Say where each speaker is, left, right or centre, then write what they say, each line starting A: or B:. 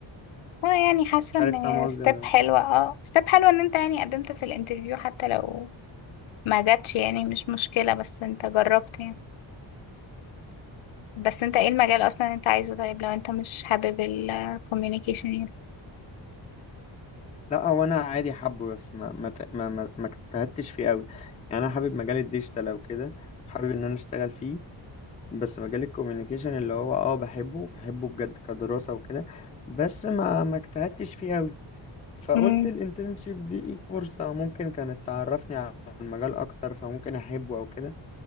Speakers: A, on the left (about 80°); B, on the left (about 15°).
A: اه يعني حاسة
B: مش
A: ان
B: عارف فاهم قصدي
A: ستيب
B: ولا لا
A: حلوة اه ستيب حلوة ان انت يعني قدمت في الانترفيو حتى لو ما جاتش يعني مش مشكلة بس انت جربت يعني بس انت ايه المجال اصلا انت عايزه طيب لو انت مش حابب الكوميونيكيشن يعني
B: لا هو انا عادي حابه بس ما ما ت- ما ما ما اجتهدتش فيه قوي يعني انا حابب مجال الديجيتال او كده حابب ان انا اشتغل فيه بس مجال الكوميونيكيشن اللي هو اه بحبه بحبه بجد كدراسة وكده بس ما ما اجتهدتش فيه قوي فقلت
A: مم.
B: الانترنشيب دي إيه فرصة ممكن كانت تعرفني عن المجال اكتر فممكن احبه او كده